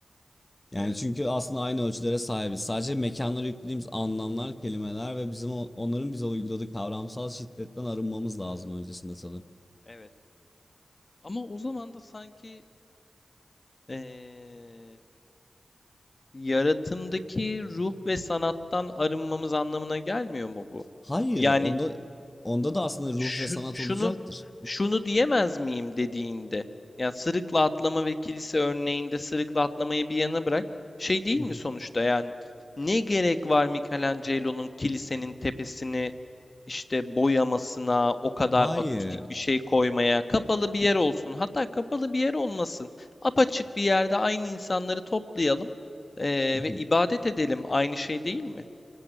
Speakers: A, on the left; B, on the left.
A: Yani
B: Evet,
A: çünkü aslında aynı ölçülere sahibiz. Sadece mekanlara yüklediğimiz anlamlar, kelimeler ve bizim o- onların bize uyguladığı kavramsal şiddetten arınmamız lazım öncesinde sanırım.
B: evet. Ama o zaman da sanki eee Yaratımdaki ruh ve sanattan arınmamız anlamına gelmiyor mu bu?
A: Hayır,
B: Yani
A: onda onda da aslında ruh
B: şu,
A: ve sanat
B: şunu
A: olacaktır.
B: şunu diyemez miyim dediğinde yani sırıkla atlama ve kilise örneğinde sırıkla atlamayı bir yana bırak şey değil
A: <laughs>
B: mi sonuçta yani ne gerek var Michelangelo'nun kilisenin tepesini işte boyamasına o kadar
A: Hayır.
B: akustik bir şey koymaya kapalı bir yer olsun hatta kapalı bir yer olmasın apaçık bir yerde aynı insanları toplayalım eee,
A: <laughs>
B: ve ibadet edelim aynı şey değil mi?